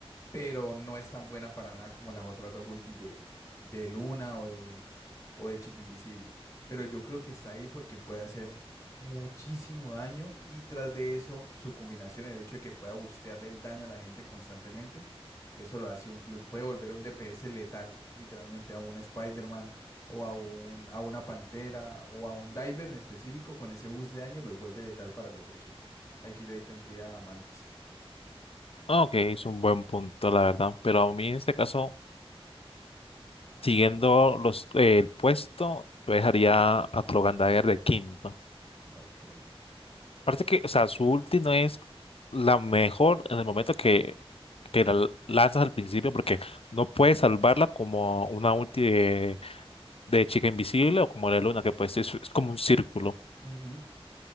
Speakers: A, on the left (about 30°); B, on the left (about 65°).
A: pero no es tan buena para nada como las otras dos ultis de, de Luna o de, o de Chica Invisible. Pero yo creo que está ahí porque puede hacer muchísimo daño y tras de eso su combinación, el hecho de que pueda bustearle el daño a la gente constantemente, eso lo hace un plus. Puede volver a un DPS letal, literalmente a un Spider-Man o a un, a una Pantera o a un Diver en específico, con ese boost de daño los vuelve letal para el otro equipo. Ahí que yo ahí tendría a Mantis.
B: Ok, es un buen punto, la verdad. Pero a mí en este caso, siguiendo los, eh, el puesto, yo dejaría a Trogandager de quinto.
A: Ok.
B: Aparte que, o sea, su ulti no es la mejor en el momento que, que la lanzas al principio, porque no puedes salvarla como una ulti de, de chica invisible o como la luna, que puede ser, es como un círculo.
A: Ujú.